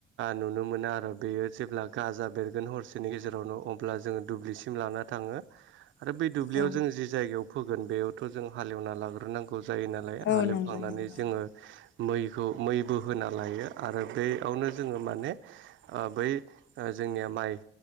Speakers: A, on the right; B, on the left.
A: नुनो मोनो आरो मा बेयो जेब्ला गाजा बेरगोन हरसेनि गेजेरावनो अब्ला जोंङो दुब्लिसिम लाना थांङो। आरो बै दुब्लियाव
B: औ
A: जों जि जायगायाव फोगोन बेयावथ' जों हालेवना लाग्रोनांगौ जायोना।
B: औ
A: हालेवखांनानै
B: नंगौ नंगौ
A: जोंङो। मैखौ मैबो होना लायो आरो बेयावनो जोङो मानेओ आ बै जोंनिया माइ